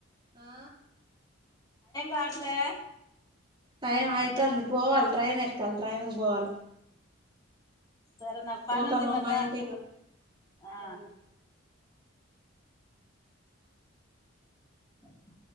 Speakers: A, on the right; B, on the left.
A: ఆ
B: కావట్లే
A: టైం ఐతాంది పోవాలి ట్రైన్ ఎక్కాలి ట్రైన్ గు బొవాలి
B: సరే నాకు పనుంది
A: పోతానమ్మా
B: మారి రా.
A: ఇంటికి పో
B: ఆహ్.
A: సరేలే
B: అబ్బో.